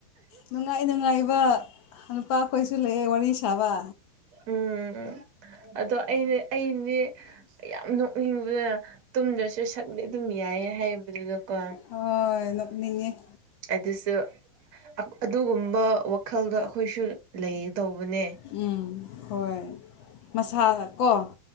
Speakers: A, on the left; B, on the right.
A: ꯅꯨꯡꯉꯥꯏ ꯅꯨꯡꯉꯥꯏꯕ ꯅꯨꯄꯥꯈꯣꯏꯁꯨ ꯂꯩꯌꯦ ꯋꯥꯔꯤ ꯁꯥꯕ
B: ꯎꯝ ꯎꯝ ꯑꯗꯣ ꯑꯩꯗꯤ ꯑꯩꯗꯤ ꯌꯥꯝ ꯅꯣꯛꯅꯤꯡꯕꯖꯦ ꯇꯨꯝꯗ꯭ꯔꯁꯨ ꯁꯛꯗꯤ ꯑꯗꯨꯝ ꯌꯥꯏ ꯍꯥꯏꯕꯗꯨꯗ ꯀꯣ
A: ꯍꯣꯏ ꯅꯣꯛꯅꯤꯡꯉꯦ
B: ꯑꯗꯨꯁꯨ ꯑꯗꯨꯒꯨꯝꯕ ꯋꯥꯈꯜꯗꯣ ꯑꯩꯈꯣꯏꯁꯨ ꯂꯩꯗꯧꯕꯅꯦ
A: ꯎꯝ ꯍꯣꯏ ꯃꯁꯥꯗꯀꯣ